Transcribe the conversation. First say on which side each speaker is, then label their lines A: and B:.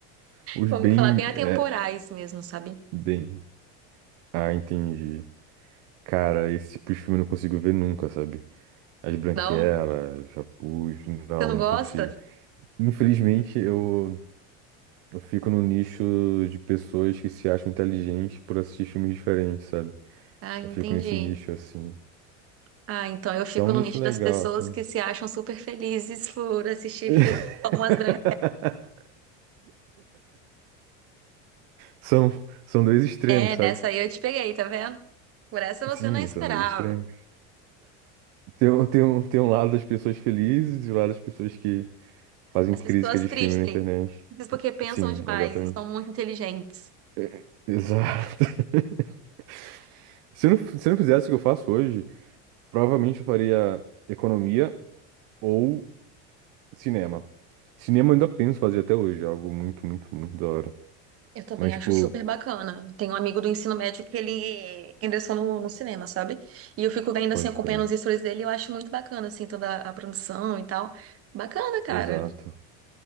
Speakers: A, on the right; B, on the right.
A: Os
B: como
A: bem.
B: eu vou falar, bem atemporais
A: É,
B: mesmo, sabe?
A: bem. Ah, entendi. Cara, esse tipo de filme eu não consigo ver nunca, sabe? As branquelas,
B: Não?
A: Chapuz, não,
B: Você não
A: não
B: gosta?
A: consigo. Infelizmente, eu Eu fico no nicho de pessoas que se acham inteligentes por assistir filmes diferentes, sabe?
B: Ah, entendi.
A: Eu fico nesse nicho, assim.
B: Ah, então eu fico
A: Que é um
B: no
A: nicho
B: nicho
A: legal
B: das pessoas
A: até.
B: que se acham super felizes por assistir
A: <laughs>
B: filmes como as grandes.
A: São, são dois extremos,
B: É,
A: sabe?
B: nessa aí eu te peguei, tá vendo? Por essa você
A: Sim,
B: não esperava.
A: são dois extremos. Tem, um- tem, um, tem um lado das pessoas felizes e o lado das pessoas que fazem
B: As
A: crítica
B: pessoas
A: de
B: tristes,
A: filme na internet.
B: porque pensam
A: Sim,
B: demais
A: exatamente.
B: e são muito inteligentes.
A: É, Exato. <laughs> Se eu não, se eu não fizesse o que eu faço hoje, provavelmente eu faria economia ou Cinema. Cinema eu ainda penso fazer até hoje, é algo muito, muito, muito da hora.
B: Eu também
A: Mas, tipo,
B: acho super bacana. Tem um amigo do ensino médio que ele ingressou no, no cinema, sabe? E eu fico vendo,
A: pode
B: assim, acompanhando
A: crer.
B: os stories dele, eu acho muito bacana, assim, toda a produção e tal. Bacana, cara.
A: Exato.